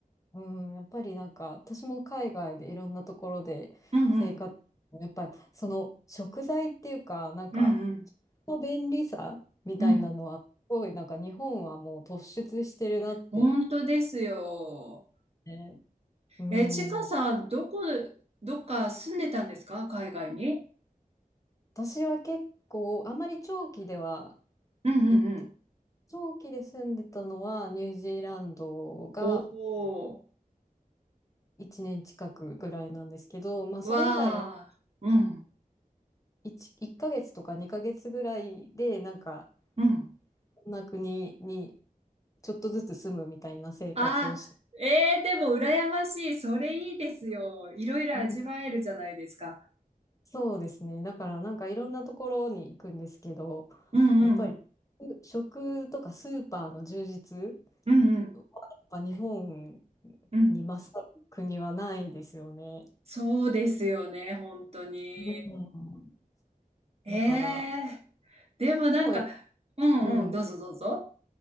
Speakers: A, on the left; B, on the right.
A: うん、やっぱりなんか私も海外でいろんなところで生活、
B: うんうん。
A: やっぱその食材っていうか、なんか
B: うんうん。
A: の便利さみたいなのは、
B: うん。
A: すごいなんか日本はもう突出してるなって。
B: 本当ですよ。
A: ね、うん、
B: え、ちかさん、どこ、どっか住んでたんですか海外に。
A: 私は結構あんまり長期では
B: うんうんうん。
A: 行って長期で住んでたのはニュージーランドが
B: おー。
A: 1年近くぐらいなんですけど、まあ、
B: わー。
A: それ以外は
B: うん。
A: 1, ヶ月とか2ヶ月ぐらいでなんか
B: うん。
A: こんな国にちょっとずつ住むみたいな生活をして、
B: あ、えー、でも羨ましい。それいいですよ。いろいろ味わえるじゃないですか。
A: うんそうですねだからなんかいろんなところに行くんですけど
B: うんうん。
A: やっぱり食とかスーパーの充実
B: うんうん
A: はやっぱ日本
B: うん。
A: に勝る国はないですよね。
B: そうですよね、本当に。
A: うん
B: ええ
A: だから
B: でもなんか、
A: でもやっぱ、
B: うんうん、
A: うん、
B: どうぞどうぞ。